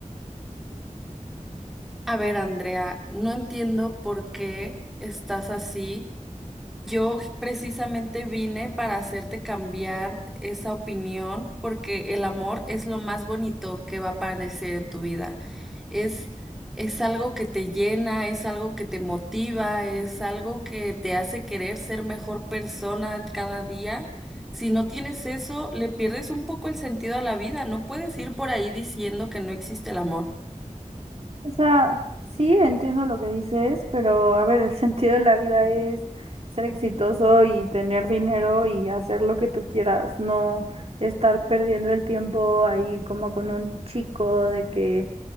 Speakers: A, in the centre; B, on the right.
A: A ver, Andrea, no entiendo por qué estás así. Yo precisamente vine para hacerte cambiar esa opinión porque el amor es lo más bonito que va a aparecer en tu vida. Es, es algo que te llena, es algo que te motiva, es algo que te hace querer ser mejor persona cada día. Si no tienes eso, le pierdes un poco el sentido a la vida. No puedes ir por ahí diciendo que no existe el amor.
B: O sea, sí entiendo lo que dices, pero a ver, el sentido de la vida es ser exitoso y tener dinero y hacer lo que tú quieras, no estar perdiendo el tiempo ahí como con un chico de que